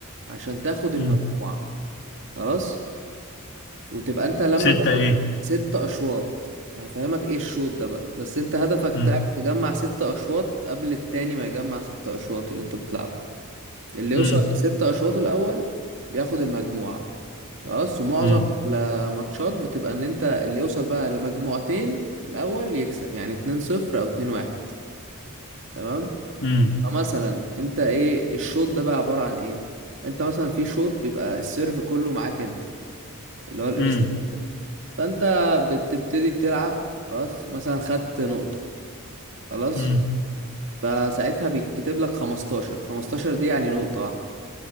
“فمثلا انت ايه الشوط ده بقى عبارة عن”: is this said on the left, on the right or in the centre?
Right